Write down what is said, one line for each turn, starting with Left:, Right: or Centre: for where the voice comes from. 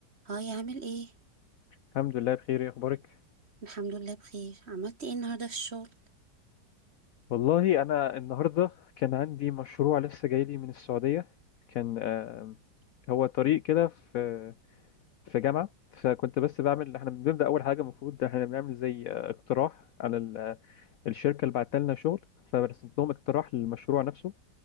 Right: هاي عامل ايه
Left: الحمد لله بخير ايه اخبارك
Right: الحمد لله بخير عملت ايه النهارده في الشغل
Left: والله انا النهارده كان عندي مشروع لسه جاي لي من السعوديه كان آه، هو طريق كده في في جامعه فكنت بس بعمل احنا بنبدا اول حاجه المفروض احنا بنعمل زي آه، اقتراح على ال- الشركه اللي بعت لنا شغل فرسمت لهم اقتراح للمشروع نفسه